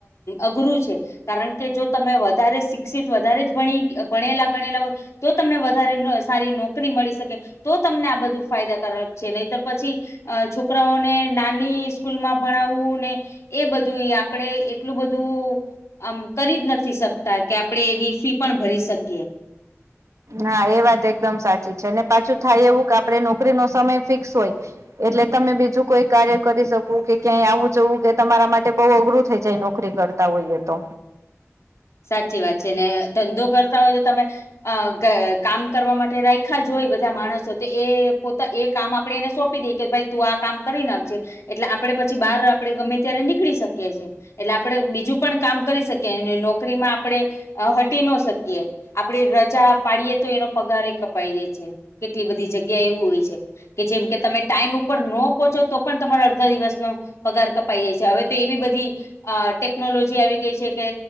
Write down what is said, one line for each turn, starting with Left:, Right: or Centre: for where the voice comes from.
Left: અઘરું છે, કારણ કે, જો તમે વધારે શિક્ષિત વધારે જ ભણી ભણેલા ગણેલા હો. તો તમને વધારે ન સારી નોકરી મળી શકે. તો તમને આ બધું ફાયદાકારક છે, નહીંતર પછી અ છોકરાઓને નાની સ્કૂલમાં ભણાવવું ને એ બધું ય આપડે એટલું બધું આમ કરી જ નથી શકતા કે આપણે એ વિશી પણ ભરી શકીએ.
Right: હા એ વાત એકદમ સાચી છે અને પાછું થાય એવું કે આપણે નોકરી નો સમય ફિક્સ હોય. એટલે તમે બીજું કોઈ કાર્ય કરી શકું કે ક્યાંય આવું જવું કે તમારા માટે બહુ અઘરું થઇ જાય નોકરી કર તા હોઈએ તો.
Left: સાચી વાત છે, ને ધંધો કરતા હોય તો તમે. અ કામ કરવા માટે રાયખા જ હોય બધા માણસો તો એ પોતા એ કામ આપડે એને સોંપી દે. કે ભાઈ તું આ કામ કરી નાખજે એટલે આપડે પછી બહાર આપડે ગમે ત્યારે નીકળી શકીએ છીએ. એટલે આપણે બીજું પણ કામ કરી શકીએ અને નોકરીમાં આપણે અ હટી ન શકીએ. આપડે રજા પાડીએે તો એનો પગાર એ કપાઈ જાય છે, કેટલી બધી જગ્યા એવું હોય છે. કે જેમ તમે ટાઈમ ઉપર ન પહોંચો પણ તમારા અડધા દિવસનો પગાર કપાઈ જાય છે હવે તો એવી બધી અ ટેકનોલોજી આવી ગઈ છે કે